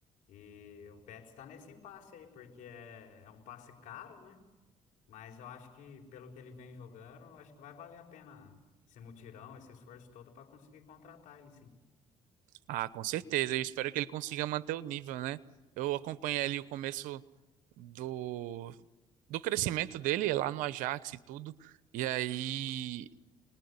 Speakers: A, on the left; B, on the right.
A: E o Betis está nesse impasse aí, porque é, é um passe caro, né? Mas eu acho que, pelo que ele vem jogando, eu acho que vai valer a pena esse mutirão, esse esforço todo para conseguir contratar ele, sim.
B: Ah, com certeza. Eu espero que ele consiga manter o nível, né? Eu acompanhei ali o começo do do crescimento dele lá no Ajax e tudo. E aí